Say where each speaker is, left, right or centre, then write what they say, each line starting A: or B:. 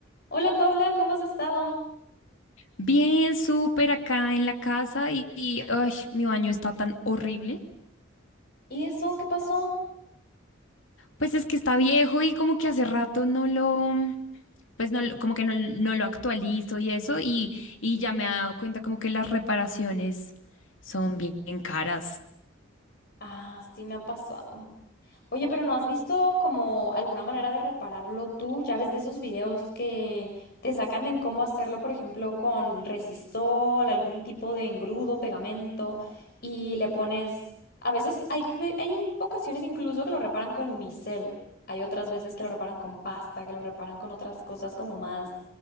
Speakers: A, on the left (about 50°); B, on the left (about 70°).
A: Hola Paula, ¿cómo has estado?
B: Bien, súper acá en la casa y, y, ay, mi baño está tan horrible.
A: ¿Y eso qué pasó?
B: Pues es que está viejo y como que hace rato no lo, pues no, lo- como que no, no lo actualizo y eso y, y ya me he dado cuenta como que las reparaciones son bien caras.
A: Ah, sí me ha pasado. Oye, pero ¿no has visto como alguna manera de repararlo tú? Ya ves de esos videos que te sacan en cómo hacerlo, por ejemplo, con resistol, algún tipo de engrudo, pegamento, y le pones... A veces hay, que ve- hay ocasiones incluso que lo reparan con unicel. Hay otras veces que lo reparan con pasta, que lo reparan con otras cosas como más